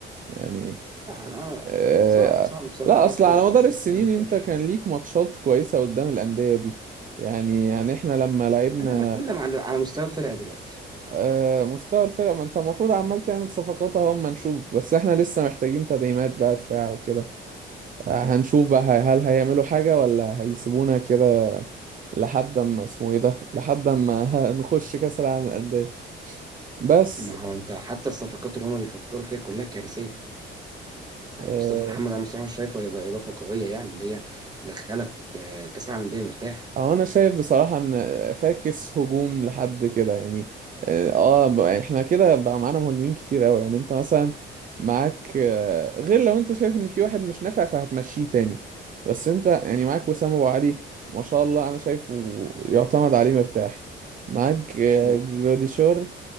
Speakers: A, on the right (about 40°); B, on the right (about 20°).
A: يعني
B: لا انا أنا
A: آه
B: صعب صعب بصراحه
A: لا اصل
B: ادخل
A: على مدار
B: ادخل
A: السنين
B: في اي نقاش
A: انت كان ليك ماتشات كويسة قدام الأندية دي يعني يعني احنا لما لعبنا
B: انا بتكلم على على مستوى الفرقه دلوقتي
A: آه مستوى الفرق ما انت المفروض عمال تعمل صفقات اهو اما نشوف بس احنا لسه محتاجين تدعيمات بقى دفاع وكده هنشوف بقى هي- هل هيعملوا حاجة ولا هيسيبونا كده لحد ما اسمه ايه ده لحد ما <laughs> نخش كأس العالم للأندية بس
B: ما هو انت حتى الصفقات اللي هما بيفكروا فيها كلها كارثيه يعني
A: آه
B: مصطفى محمد انا بصراحه مش شايفه هيبقى اضافه قويه يعني اللي هي تدخلك آه، كاس العالم للانديه مرتاح
A: أو انا شايف بصراحة ان فاكس هجوم لحد كده يعني اه آه، بقى احنا كده بقى معانا مهاجمين كتير قوي يعني انت مثلا معاك آه، غير لو انت شايف ان في واحد مش نافع فهتمشيه تاني بس انت يعني معاك وسام ابو علي ما شاء الله انا شايفه يعتمد عليه مرتاح معاك آه،
B: م-
A: جراديشار